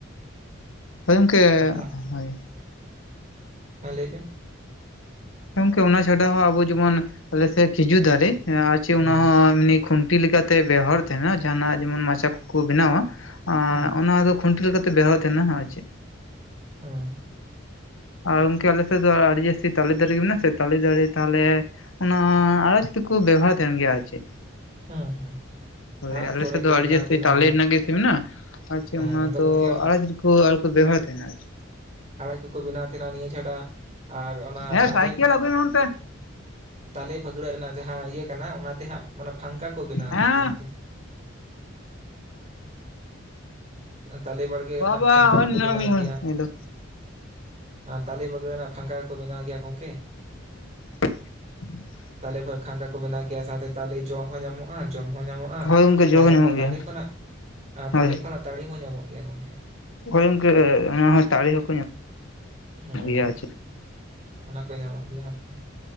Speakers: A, on the left (about 85°); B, on the right (about 35°).
A: ᱦᱳᱭ ᱜᱚᱝᱠᱮ
B: ᱟᱫᱚ ᱦᱟᱸᱜ
A: ᱦᱳᱭ
B: ᱦᱮᱸ ᱞᱟᱹᱭ ᱵᱮᱱ?
A: ᱜᱚᱝᱠᱮ ᱚᱱᱟ ᱪᱷᱟᱰᱟ ᱦᱚᱸ ᱟᱵᱚ ᱡᱮᱢᱚᱱ ᱟᱞᱮᱥᱮᱜ ᱠᱷᱤᱡᱩᱨ ᱫᱟᱨᱮ ᱦᱮᱸ ᱟᱨ ᱪᱮᱜ
B: ᱦᱮᱸ
A: ᱚᱱᱟ ᱦᱚᱸ ᱮᱢᱱᱤ ᱠᱷᱩᱱᱴᱤ ᱞᱮᱠᱟᱛᱮ ᱵᱮᱣᱦᱟᱨ ᱛᱟᱦᱮᱱᱟ ᱡᱟᱦᱟᱸᱱᱟᱜ ᱡᱮᱢᱚᱱ ᱢᱟᱪᱟ ᱠᱚᱠᱚ ᱵᱮᱱᱟᱣᱟ᱾ ᱟᱸ
B: ᱦᱮᱸ
A: ᱚᱱᱟ ᱫᱚ ᱠᱷᱩᱱᱴᱤ ᱞᱮᱠᱟᱛᱮ ᱵᱮᱣᱦᱟᱨ ᱛᱟᱦᱮᱸᱱᱟ ᱟᱨ ᱪᱮᱜ,
B: ᱦᱩᱸ
A: ᱟᱨ ᱜᱚᱝᱠᱮ ᱟᱞᱮᱥᱮᱜ ᱫᱚ ᱟᱹᱰᱤ ᱡᱟᱹᱥᱛᱤ ᱛᱟᱞᱮ ᱫᱟᱨᱮ ᱢᱮᱱᱟᱜᱼᱟ ᱥᱮ ᱛᱟᱞᱮ ᱫᱟᱨᱮ ᱛᱟᱦᱚᱞᱮ ᱚᱱᱟ ᱟᱞᱮᱥᱮ ᱫᱚᱠᱩ ᱵᱮᱵᱦᱟᱨ ᱛᱟᱦᱮᱸᱱ ᱜᱮᱭᱟ ᱟᱨ ᱪᱮᱜ
B: ᱦᱮᱸ ᱦᱮᱸ
A: ᱦᱳᱭ
B: ᱟᱲᱟᱡ
A: ᱟᱞᱮᱥᱮᱜ
B: ᱠᱚᱨᱮ
A: ᱫᱚ
B: ᱠᱚ ᱵᱮᱱᱟᱣ
A: ᱟᱹᱰᱤ ᱡᱟᱹᱥᱛᱤ
B: ᱛᱟᱦᱮᱱᱟ
A: ᱛᱟᱞᱮ ᱱᱟᱜ ᱜᱮ <unintelligible> ᱟᱨ ᱪᱮᱜ
B: ᱦᱮᱸ
A: ᱚᱱᱟ
B: ᱟᱫᱚ
A: ᱫᱚ
B: ᱜᱚᱝᱠᱮ
A: <unintelligible> ᱟᱨᱠᱚ ᱵᱮᱵᱚᱦᱟᱨ ᱛᱟᱦᱮᱸᱱᱟ ᱟᱨ ᱪᱮᱜ
B: ᱟᱲᱮ ᱠᱚᱠᱚ ᱵᱮᱱᱟᱣ ᱛᱟᱦᱮᱸᱱᱟ ᱱᱤᱭᱟᱹ ᱪᱷᱟᱰᱟ ᱟᱨ ᱚᱱᱟ
A: ᱦᱮᱸ
B: ᱛᱟᱲᱮ
A: ᱥᱟᱭᱠᱮᱞ ᱟᱹᱜᱩᱭ ᱢᱮ ᱚᱱᱛᱮ
B: ᱛᱟᱞᱮ ᱯᱷᱟᱹᱜᱲᱟᱹᱜ ᱨᱮᱱᱟᱜ ᱡᱟᱦᱟᱸ ᱤᱭᱟᱹ ᱠᱟᱱᱟ ᱚᱱᱟᱛᱮ ᱦᱟᱸᱜ ᱯᱷᱟᱝᱠᱟ ᱠᱚ ᱵᱮᱱᱟᱣ
A: ᱦᱮᱸ
B: ᱜᱮᱭᱟ ᱟᱨᱠᱤ᱾ ᱚᱸ ᱛᱟᱞᱮ ᱵᱟᱲᱜᱮ ᱨᱮᱱᱟᱜ
A: ᱵᱟᱵᱟ
B: ᱯᱷᱟᱝᱠᱟ
A: ᱦᱚᱸᱜᱼᱚᱭ
B: ᱠᱚ
A: ᱢᱮᱱᱟᱜᱼᱟ
B: ᱵᱮᱱᱟᱣ
A: ᱢᱤᱫ ᱦᱚᱲ
B: ᱜᱮᱭᱟ,
A: ᱦᱮᱞᱳ
B: ᱟᱨ ᱛᱟᱞᱮ ᱯᱷᱟᱜᱽᱲᱟᱹ ᱨᱮᱱᱟᱜ ᱯᱷᱟᱝᱠᱟ ᱠᱚ ᱵᱮᱱᱟᱣ ᱜᱮᱭᱟ ᱜᱚᱝᱠᱮ?
A: <inaudible>
B: ᱛᱟᱞᱮ ᱠᱷᱚᱱ ᱠᱷᱟᱸᱝᱠᱟ ᱠᱚ ᱵᱮᱱᱟᱣ ᱜᱮᱭᱟ ᱥᱟᱶᱛᱮ ᱛᱟᱞᱮ ᱡᱚ ᱦᱚᱸ ᱧᱟᱢᱚᱜᱼᱟ ᱡᱚᱢ ᱦᱚᱸ ᱧᱟᱢᱚᱜ ᱼᱟ
A: ᱦᱳᱭ ᱜᱚᱝᱠᱮ
B: ᱤᱱᱟᱹ
A: ᱡᱚ ᱦᱚᱸ
B: ᱥᱟᱶᱛᱮ
A: ᱧᱟᱢᱚᱜ
B: ᱛᱟᱞᱮ
A: ᱜᱮᱭᱟ
B: ᱠᱷᱚᱱᱟᱜ ᱛᱟᱞᱮ
A: ᱦᱳᱭ
B: ᱠᱷᱚᱱᱟᱜ ᱛᱟᱹᱲᱤ ᱦᱚᱸ ᱧᱟᱢᱚᱜ ᱜᱮᱭᱟ ᱜᱚᱝᱠᱮ᱾
A: ᱦᱳᱭ ᱜᱚᱝᱠᱮ ᱚᱱᱟ ᱦᱚᱸ ᱛᱟᱲᱮ ᱦᱚᱸᱠᱚ ᱧᱟᱢᱚᱜ
B: ᱦᱮᱸ
A: ᱜᱮᱭᱟ ᱟᱨ ᱪᱮᱫ
B: ᱚᱱᱟ ᱠᱚ ᱧᱟᱢᱚᱜ ᱜᱮᱭᱟ ᱟᱨᱠᱤ